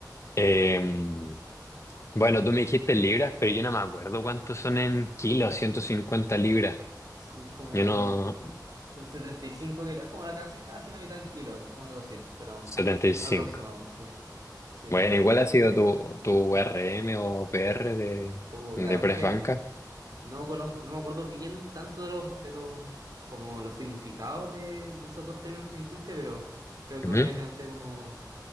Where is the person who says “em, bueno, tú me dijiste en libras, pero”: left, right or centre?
Left